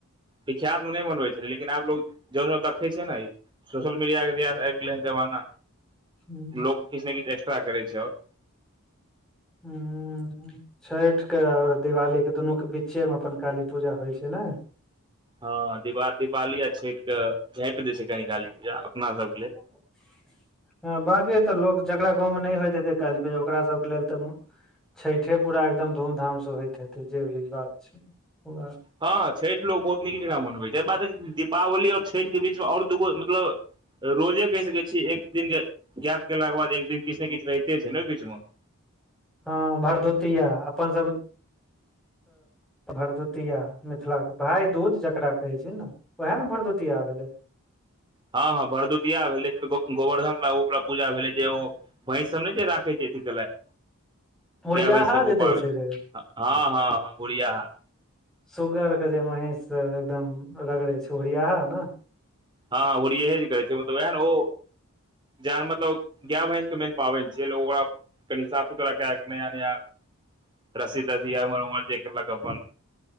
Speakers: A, on the right (about 20°); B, in the centre.
A: विख्यात मे नै मनबै छै लेकिन आब लोग जौं जं देखै छै ने <unintelligible> सोशल मीडियाके जहिस आबि गेलै हन जमाना
B: हूँ
A: लोक किछु ने किछु एक्स्ट्रा करै छै आओर
B: हू छठिके आओर दिवाली के दुनू के बीच्चेमे अपन काली पूजा होइ छै नै
A: हँ। दीवा दीवाली आ छठिके झाँप द छै कनि काली पूजा अपना सभके लेल
B: ह ह, बाँकी त लोक जकरा गावमे नहि होइत हतै काली पूजा ओकरा सभके लेल त छठे पूरा एकदम धूमधामसँ होइत हेतै जे भी बात छै पूरा
A: हँ, छठि लोक बहुत नीक जगह मनबै छै बात दीपावली ओर छठि के बीचमे ओर दूगो मतलब रोजे कहि सकै छीयै एक दिनके गैप केलाके बाद एक दिन किछु ने किछु रहिते छै ने बीचमे
B: अ भारद्वितीया अपन सब भरदुतिया मिथिलाके भाय दूज जकरा कहै छै ने उएह ने भरदुतिया भेलै
A: हँ हँ भरदुतििया भेलै फरो गोवर्धन बला ओवला पूजा भेलै जे ओ भैंस सबने जे राखै छै कलाइ
B: <inaudible> ओरियाहा
A: गाएय भैंस
B: जे
A: गो
B: दै
A: पाबे
B: छै रे
A: हँ हँ हँ गुरिया हा
B: सुगर के जे महींष से एकदम रगड़े छै ओहिया नऽ
A: हँ ओरी इए जे करै छै मतलब ओएह ने ओ जएन मतलब गाएय भैंस मेन पाबनि छै ओकरा कनी साफ सुतरा क कए नया नया रसी तसी या उमर उमर जे केलक अपन